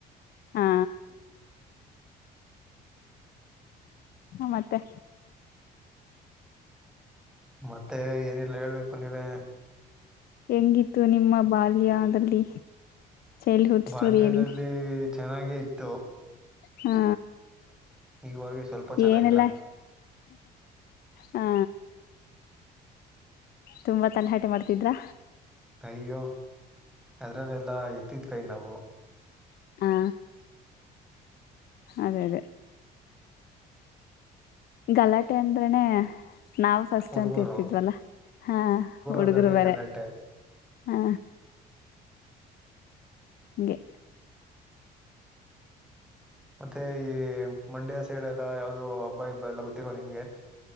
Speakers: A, on the left (about 65°); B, in the centre.
A: ಹಾ ಹಾ ಮತ್ತೆ
B: ಮತ್ತೆ ಏನಿಲ್ಲ ಹೇಳ್ಬೇಕು ನೀವೇ
A: ಹೆಂಗಿತ್ತು ನಿಮ್ಮ ಬಾಲ್ಯದಲ್ಲಿ ಚೈಲ್ಡ್ಹುಡ್
B: ಬಾಲ್ಯದಲ್ಲಿ
A: ಸ್ಟೋರಿಯಲ್ಲಿ
B: ಚೆನ್ನಾಗೇ ಇತ್ತು
A: ಹಾ
B: ಇವಾಗ ಸ್ವಲ್ಪ ಚೆನ್ನಾಗಿಲ್ಲ
A: ಏನೆಲ್ಲ ಹಾ ತುಂಬಾ ತಲೆಹಾಟೆ ಮಾಡ್ತಿದ್ರಾ
B: ಅಯ್ಯೋ ಅದ್ರಲ್ಲೆಲ್ಲಾ ಎತ್ತಿದ ಕೈ ನಾವು
A: ಹಾ ಅದೇ ಅದೇ ಗಲಾಟೆ ಅಂದ್ರನನೆ ನಾವವು ಫಸ್ಟ್
B: ಹುಡುಗರು
A: ಅಂತ ಇರ್ತಿದ್ವಲ್ಲ ಹಾ ಹುಡುಗರು
B: ಅಂದ್ರನೇ
A: ಬ್ಯಾರೆ
B: ಗಲಾಟೆ
A: ಹಾ ಹಗೆ
B: ಮತ್ತೆ ಈ ಮಂಡ್ಯ ಸೈಡ್ ಎಲ್ಲ ಯಾವುದೋ ಹಬ್ಬ ಹಬ್ಬ ಎಲ್ಲ ಗೊತ್ತಿಲ್ವಾ ನಿಮ್ಗೆ